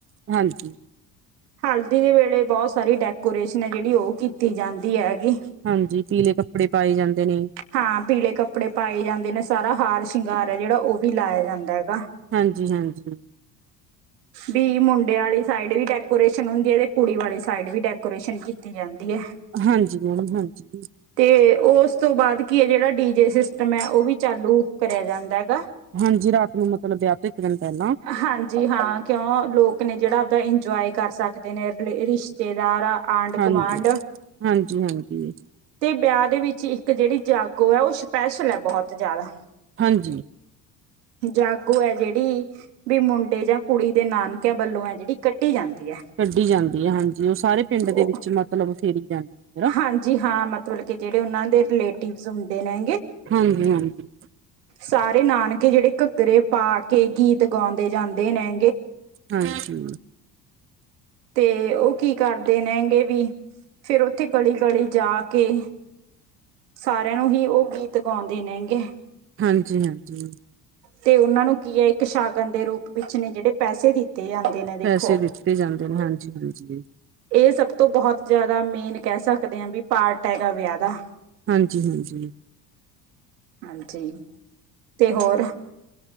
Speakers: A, on the right; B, on the right.
A: ਹਾਂਜੀ।
B: ਹਲਦੀ ਦੇ ਵੇਲੇ ਬਹੁਤ ਸਾਰੀ ਡੈਕੋਰੇਸ਼ਨ ਐ, ਜਿਹੜੀ ਉਹ ਕੀਤੀ ਜਾਂਦੀ ਹੈਗੀ।
A: ਹਾਂਜੀ ਪੀਲੇ ਕੱਪੜੇ ਪਾਏ ਜਾਂਦੇ ਨੇ
B: ਹਾਂ, ਪੀਲੇ ਕੱਪੜੇ ਪਾਏ ਜਾਂਦੇ ਨੇ ਸਾਰਾ ਹਾਰ ਸ਼ਿੰਗਾਰ ਐ, ਜਿਹੜਾ ਉਹ ਵੀ ਲਾਇਆਂ ਜਾਂਦਾ ਹੈਗਾ।
A: ਹਾਂਜੀ ਹਾਂਜੀ
B: ਡੀ ਮੋ ਹੁੰਦੀ ਹੈ ਤੇ ਕੁੜੀ ਵਾਲੀ ਸਾਈਡ ਵੀ ਡੈਕੋਰੇਸ਼ਨ ਕੀਤੀ ਜਾਂਦੀ ਕਿਤੀ ਐ
A: ਹਾਂਜੀ ਮੈਡਮ ਹਾਂਜੀ
B: ਤੇ ਉਸ ਉਸ ਤੋਂ ਬਾਅਦ ਕੀ ਇਹ ਜਿਹੜਾ ਡੀ ਜੇ ਸਿਸਟਮ ਹੈ ਉਹ ਵੀ ਚਾਲੂ ਕਰਿਆ ਜਾਂਦਾ ਹੈਗਾ
A: ਹਾਂਜੀ ਰਾਤ ਨੂੰ ਮਤਲਬ ਵਿਆਹ ਤੋਂ ਇੱਕ ਦਿਨ ਪਹਿਲਾਂ
B: ਹਾਂਜੀ ਹਾਂ ਕਿਉਂ ਲੋਕ ਲੋਕ ਨੇ ਜਿਹੜਾ ਆਪਦਾ ਇੰਜੋਏ ਕਰ ਸਕਦੇ ਨੇ ਰਿਸ਼ਤੇਦਾਰ ਆ ਆਂਡ
A: ਹਾਂਜੀ,
B: ਕਵਾਂਡ
A: ਹਾਂਜੀ, ਹਾਂਜੀ,
B: ਤੇ ਵਿਆਹ ਦੇ ਵਿੱਚ ਇੱਕ ਜਿਹੜੀ ਜਾਗੋ ਹੈਂ ਉਹ ਸਪੈਸ਼ਲ ਹੈ ਬਹੁਤ ਜ਼ਿਆਦਾ
A: ਹਾਂਜੀ
B: ਜਾਗੋ ਹੈ ਜਿਹੜੀ ਵੀ ਮੁੰਡੇ ਜਾਂ ਕੁੜੀ ਦੇ ਨਾਨਕਿਆਂ ਵੱਲੋਂ ਐ ਜਿਹੜੀ ਕੱਢੀ ਜਾਂਦੀ ਹੈ
A: ਕੱਢੀ ਜਾਂਦੀ ਹੈ ਹਾਂਜੀ ਉਹ ਸਾਰੇ ਪਿੰਡ
B: ਉਹ
A: ਦੇ ਵਿੱਚ ਮਤਲਬ ਫੇਰੀ ਜਾਂਦੀ ਹੈ
B: ਹਾਂਜੀ ਹਾਂ ਮਤਲਬ ਕੇ ਜਿਹੜੇ ਉਹਨਾਂ ਦੇ ਰਿਲੇਟਿਵ ਹੁੰਦੇ ਨੇ
A: ਹਾਂਜੀ ਹਾਂਜੀ
B: ਸਾਰੇ ਨਾਨਕੇ ਜਿਹੜੇ ਘਗਰੇ ਪਾ ਕੇ ਗੀਤ ਗਾਉਂਦੇ ਜਾਂਦੇ ਨੇ
A: ਹਾਂਜੀ
B: ਤੇ ਉਹ ਕੀ ਕਰਦੇ ਨੈ ਗੇ ਵੀ ਫੇਿਰ ਉੱਥੇ ਗਲੀ ਗਲੀ ਜਾ ਕੇ ਸਾਰਿਆਂ ਨੂੰ ਹੀ ਉਹ ਗੀਤ ਗਾਉਂਦੇ ਨੇਗੇ
A: ਹਾਂਜੀ ਹਾਂਜੀ
B: ਤੇ ਉਹਨਾਂ ਨੂੰ ਕੀ ਹੈ ਇੱਕ ਸ਼ਾਗਨ ਦੇ ਰੂਪ ਵਿੱਚ ਨੇ ਜਿਹੜੇ ਪੈਸੇ ਦਿੱਤੇ ਜਾਂਦੇ ਨੇ ਦੇਖੋ
A: ਪੈਸੇ ਦਿੱਤੇ ਜਾਂਦੇ ਨੇ ਹਾਂਜੀ, ਹਾਂਜੀ,
B: ਇਹ ਸਭ ਤੋਂ ਬਹੁਤ ਜ਼ਿਆਦਾ ਮੇਨ ਕਹਿ ਸਕਦੇ ਹਾਂ ਵੀ ਪਾਰਟ ਹੈਗਾ ਵਿਆਹ ਦਾ
A: ਹਾਂਜੀ ਹਾਂਜੀ
B: ਹਾਂਜੀ ਤੇ ਹੋਰ